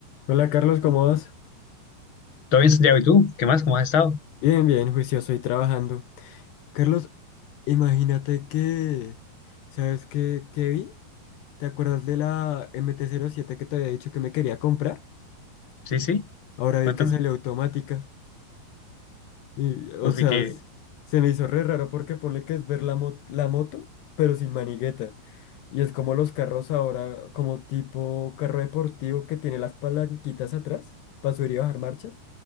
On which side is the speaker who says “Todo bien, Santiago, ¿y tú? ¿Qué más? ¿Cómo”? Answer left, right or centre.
Left